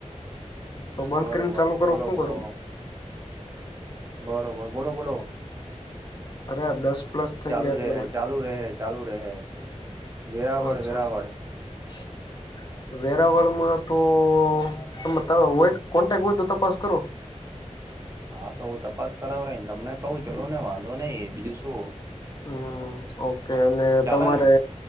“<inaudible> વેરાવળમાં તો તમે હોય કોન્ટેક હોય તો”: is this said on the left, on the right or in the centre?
Left